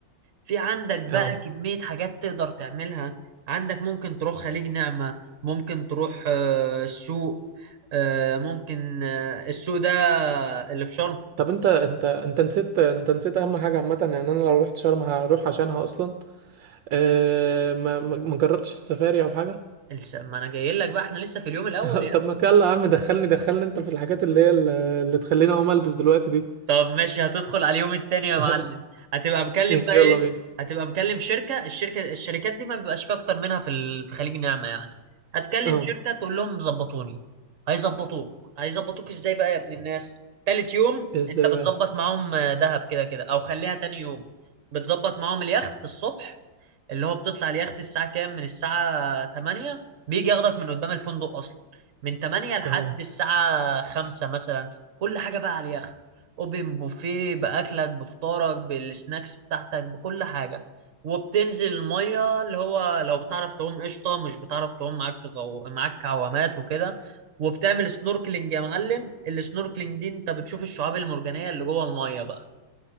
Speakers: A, on the right; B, on the right.
A: في عندك بقى
B: اه
A: كمية حاجات تقدر تعملها عندك ممكن تروح خليج نعمة ممكن تروح آه، السوق آه، ممكن آه، السوق ده اللي في شرم
B: طب انت انت انت نسيت انت نسيت اهم حاجة عامة يعني انا لو رحت شرم هروح عشانها اصلا أه ما ما ما جربتش السفاري او حاجة
A: الس- ما انا جاي لك بقى احنا لسه في اليوم الاول
B: <laughs> طب ما يلا يا عم دخلني دخلني انت في الحاجات اللي هي ال- اللي تخليني اقوم البس دلوقتي دي
A: طب ماشي هتدخل على اليوم التاني يا
B: <laughs>
A: معلم هتبقى مكلم
B: يلا
A: بقى ايه
B: بينا
A: هتبقى مكلم شركة الشركة الشركات دي ما بيبقاش فيها اكتر منها في ال- في خليج نعمة يعني هتكلم
B: اه
A: شركة تقول لهم ظبطوني هيظبطوك هيظبطوك ازاي بقى يا ابن الناس تالت يوم
B: ازاي
A: انت بتظبط
B: بقى
A: معاهم آه، دهب كده كده او خليها تاني يوم بتظبط معاهم اليخت الصبح اللي هو بتطلع اليخت الساعة كام من الساعة 8 بيجي ياخدك من قدام الفندق أصلا من 8 لحد
B: اه
A: الساعة 5 مثلا كل حاجة بقى على اليخت أوبن بوفيه بأكلك بفطارك بالسناكس بتاعتك بكل حاجة وبتنزل المية اللي هو لو بتعرف تعوم قشطة مش بتعرف تعوم معاك غو... معاك عوامات وكده وبتعمل سنوركلينج يا معلم السنوركلينج دي انت بتشوف الشعاب المرجانية اللي جوه المية بقى